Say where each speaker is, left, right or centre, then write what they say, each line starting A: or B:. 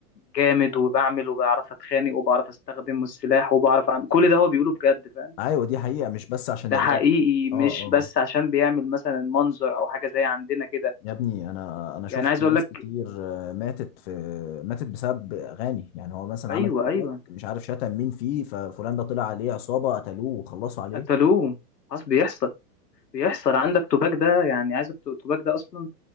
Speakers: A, on the left (about 85°); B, on the left (about 40°).
A: جامد وبعمل وبعرف أتخانق وبعرف أستخدم السلاح وبعرف أعمل كل ده هو بيقوله بجد فاهم
B: ايوه دي حقيقه مش بس عشان
A: ده
B: الراب
A: حقيقي مش
B: اه اه
A: بس عشان بيعمل مثلا منظر أو حاجة زي عندنا كده
B: يا ابني انا انا شفت
A: يعني عايز
B: ناس
A: أقول لك
B: كتير آه، ماتت في ماتت بسبب اغاني يعني هو مثلا
A: أيوه
B: عمل تراك
A: أيوه
B: مش عارف شتم مين فيه ففلان ده طلع عليه عصابه قتلوه وخلصوا عليه
A: قتلوه خلاص بيحصل بيحصل عندك توباك ده يعني عايزك توباك ده أصلا